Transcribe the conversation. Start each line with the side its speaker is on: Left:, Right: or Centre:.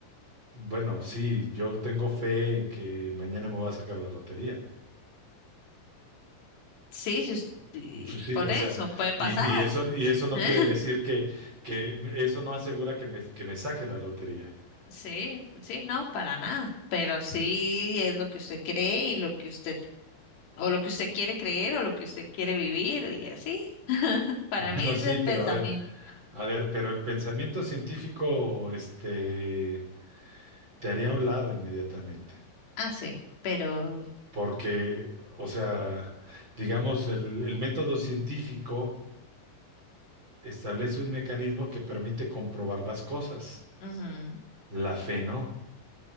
Right: Bueno, sí, yo tengo fe en que mañana me voy a sacar la lotería.
Left: sí, si us-
Right: <laughs>
Left: y
Right: Pues Sí,
Left: por
Right: o
Left: eso
Right: sea,
Left: puede pasar.
Right: y, y eso, y eso no
Left: <laughs>
Right: quiere decir que, que eso no asegura que me, que me saque la lotería.
Left: Sí, sí, no, para nada. Pero sí es lo que usted cree y lo que usted, o lo que usted quiere creer o lo que usted quiere vivir y así.
Right: <laughs>
Left: Para
Right: Bueno,
Left: mí es
Right: sí,
Left: el
Right: pero
Left: pensamiento.
Right: a ver, a ver, pero el pensamiento científico, este, te haría a un lado inmediatamente.
Left: Ah, sí, pero...
Right: porque, o sea, digamos, el, el método científico establece un mecanismo que permite comprobar las cosas.
Left: ujú,
Right: La fe no.